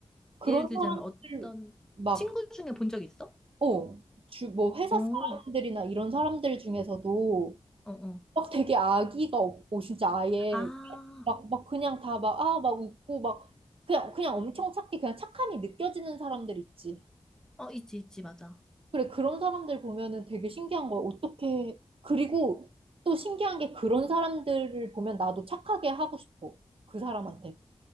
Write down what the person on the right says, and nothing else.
그런
사람들,
막,
어, 주, 뭐, 회사
사람들이나 이런 사람들 중에서도
막 되게 악의가 없고, 진짜 아예
막, 막 그냥 다 막, 아, 막 웃고, 막, 그냥, 그냥 엄청 착해. 그냥 착함이 느껴지는 사람들 있지.
그래, 그런 사람들 보면은 되게 신기한 거야. 어떻게, 그리고 또 신기한 게 그런 사람들을 보면 나도 착하게 하고 싶어. 그 사람한테.